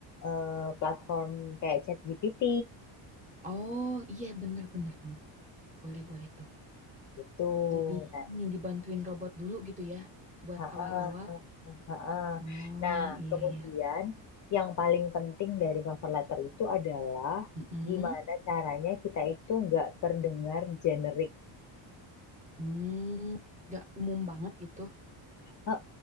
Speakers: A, on the left; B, on the right.
A: eh, platform kayak ChatGPT
B: Oh iya bener bener bener. Boleh boleh tuh.
A: gitu.
B: Jadi
A: Nah,
B: ini dibantuin robot dulu gitu ya. Buat
A: Ha-ah,
B: awal-awal.
A: ha-ah.
B: Oh
A: Nah,
B: iya
A: kemudian
B: iya.
A: yang paling penting dari cover letter itu adalah
B: Mm-mm.
A: gimana caranya kita itu nggak terdengar generik.
B: Hmm, Gak umum banget gitu.
A: ha